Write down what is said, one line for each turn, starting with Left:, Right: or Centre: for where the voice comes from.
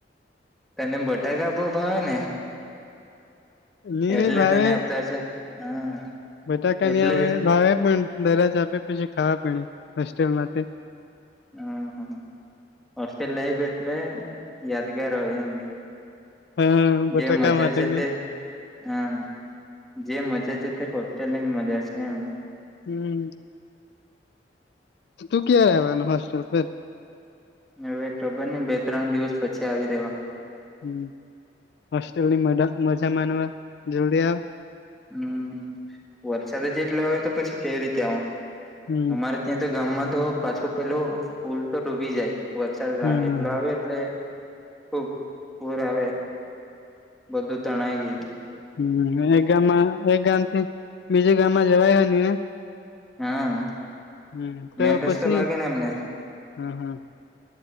Centre: તને બટાકા બહ ભાવે ને?
Left: ની
Centre: એટલે
Left: રે ભાવે
Centre: તને આપતા હશે? હા
Left: બટાકા
Centre: એટલે
Left: ની હવે
Centre: જ
Left: ભાવે પણ દરજ આપે પછી ખાવા પડ હોસ્ટેલ માંથી.
Centre: હમ હ હોસ્ટેલ લઈ એટલે? યાદગાર હોય એમ
Left: હા બટાકા
Centre: જે મજા
Left: માટેને
Centre: છે તે? હા જે મજા છે તે હોટેલ ની જ મજા છે એમવ
Left: હમ તું ક્યાં રહેવાનું હોસ્ટેલ ફેર?
Centre: હવે ખબર નહી બે ત્રણ દિવસ પછી આવી રેવા.
Left: હમ હોસ્ટલ મા મજા માનવા જલ્દી આવ.
Centre: હમ વરસાદ જેટલો હો તો પછી કેવી રીતે આવો?
Left: હમ
Centre: અમારે ત્યાં તો ગામમાં તો પાછો પેલો પુલ તો ડૂબી જાય. વરસાડ
Left: હમ
Centre: એટલો આવે એટલે ખુબ પૂર આવે. બધું તણા ગી
Left: હમ એક ગામમાં એક ગામ થી બીજું ગામમાં જવાય હોય ને
Centre: હા
Left: હમ તો
Centre: મેન રસ્તો
Left: પછીની
Centre: લાગે ને એમને
Left: હમ હા